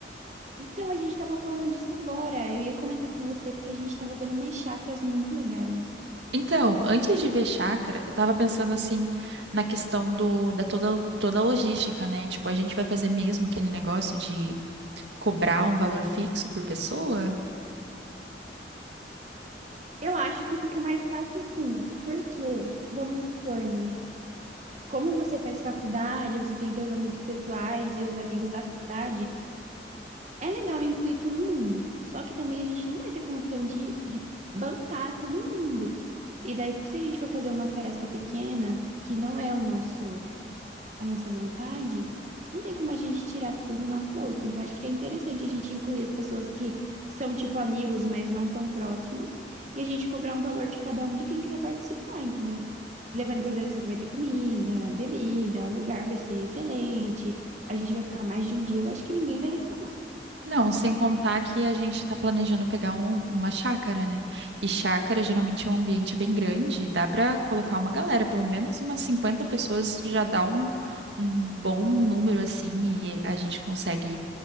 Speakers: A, on the right; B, on the right.
A: Então, a gente tava falando disso agora. Eu ia comentar com você porque a gente tava vendo umas chakras muito legais.
B: Então, antes de ver chácara, eu tava pensando assim na questão do, da toda, toda a logística, né? Tipo, a gente vai fazer mesmo aquele negócio de cobrar um valor fixo por pessoa?
A: Eu acho que fica mais fácil assim, porque, vamos supor, né? Como você faz faculdade, você tem seus amigos pessoais e os amigos da faculdade, é legal incluir todo mundo. Só que também a gente não vai ter condição de, de bancar todo mundo. E daí, se a gente for fazer uma festa pequena, que não é o nosso. a nossa vontade, não tem como a gente tirar tudo do nosso bolso. Então, acho que é interessante a gente incluir as pessoas que são, tipo, amigos, mas não tão próximos, e a gente cobrar um valor de cada um de quem quiser participar, entendeu? Levando em consideração que vai ter comida, bebida, o lugar vai ser excelente, a gente vai ficar mais de um dia, eu acho que ninguém vai reclamar.
B: Não, sem contar que a gente está planejando pegar um- uma chácara, né? E chácara geralmente é um ambiente bem grande, dá para colocar uma galera, pelo menos umas 50 pessoas já dá um, um bom número assim, e a gente consegue